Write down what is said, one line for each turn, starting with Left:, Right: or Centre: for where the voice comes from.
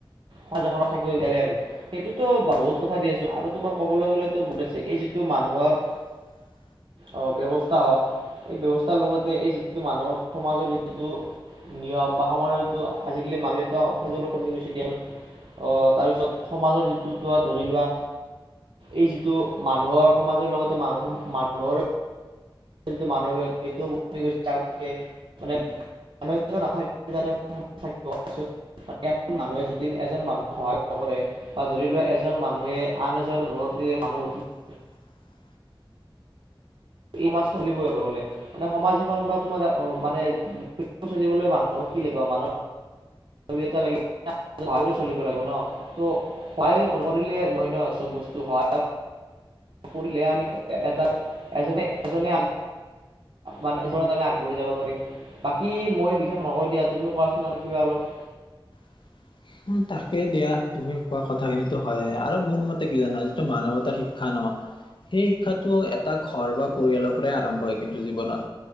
Right: কাইজাখন থাকিব <unintelligible> আৰু সেইটোতো বহুত কথা দি আছো আৰু তোমাৰ ক'বলৈ গ'লেটো বহুত আছে এই যিটো মানুহৰ
Left: <inaudible>
Right: অ, ব্যৱস্থা হওক এই ব্যৱস্থাৰ লগতে এই যিটো মানুহৰ সমাজৰ যিটো নিয়ম বা সমাজটো আজিকালি মাক দেউতা সমো কমি গৈছে দিয়া ন। অহ, তাৰপিছত সমাজৰ যিটো, তো ধৰি লোৱা এই যিটো মানুহৰ সমাজৰ লগতে মানুহ মানুহৰ টো মানৱীয়তা এইটো <unintelligible> মানে মানুহ নাথাকিলে <unintelligible> মানে এজন মানুহে যদি এজন মানুহক সহায় নকৰে, বা ধৰি লোৱা এজন মানুহে আন এজন মানুহৰ <unintelligible>
Left: <inaudible>
Right: ই মাজ চলিবই বোলে মানে সমাজ এখন বা তোমাৰ মানে, চলিবলৈ মানুহ কি লাগিব মানৱ <unintelligible> ৱীয়তা লাগিব। স চলিব লাগিব ন' ত' সহায় নকৰিলে নহয় ন, চব বস্তু সহায় কৰিলেহে ল আমি <unintelligible> এজনে এজনে আন মানে <unintelligible> আমি আগবাঢ়ি যাব পাৰিম। বাকী মই বিশেষ নকওঁ দিয়া, তুমিও কোৱাচোন আৰু কিবা অলপ।
Left: <inaudible> উম, তাকে দিয়া, তুমি কোৱা কথাখিনিতো হয়ে আৰু মোৰ মতে কি জানা যিটো মানৱতাৰ শিক্ষা ন', সেই শিক্ষাটো এটা ঘৰ বা পৰিয়ালৰ পৰাই আৰম্ভ হয়, কিন্তু জীৱনত